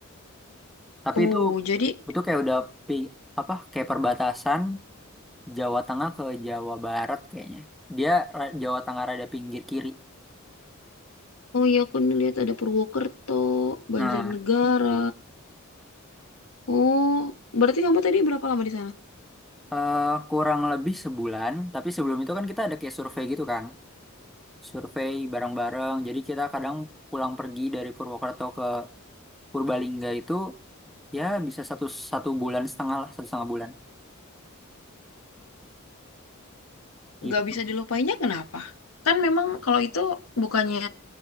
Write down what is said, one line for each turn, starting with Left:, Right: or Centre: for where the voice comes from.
Centre: tapi
Left: Oh,
Centre: itu
Left: jadi
Centre: itu kayak udah pi, apa kayak perbatasan Jawa Tengah ke Jawa Barat kayaknya. Dia ra- Jawa Tengah rada pinggir kiri.
Left: Oh iya aku nih lihat ada Purwokerto, Banjarnegara.
Centre: Nah, itu.
Left: Oh, berarti kamu tadi berapa lama di sana?
Centre: Eh, kurang lebih sebulan, tapi sebelum itu kan kita ada kayak survei gitu kan. Survei bareng-bareng. Jadi kita kadang pulang pergi dari Purwokerto ke Purbalingga itu ya bisa satu satu bulan setengah lah, satu setengah bulan gitu.
Left: nggak bisa dilupainnya kenapa? Kan memang kalau itu bukannya